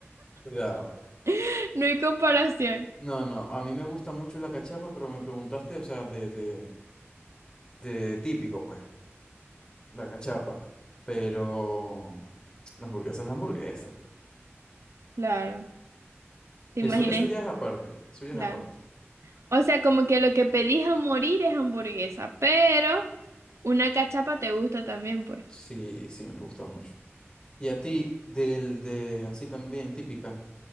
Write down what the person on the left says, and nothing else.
cuidado.
No, no, a mí me gusta mucho la cachapa, pero me preguntaste, o sea, de, de, de típico, pues, la cachapa. Pero la hamburguesa es la hamburguesa.
Eso,
eso ya es aparte, eso ya
es aparte.
Sí, sí, me gusta mucho. ¿Y a ti, del de así también, típica,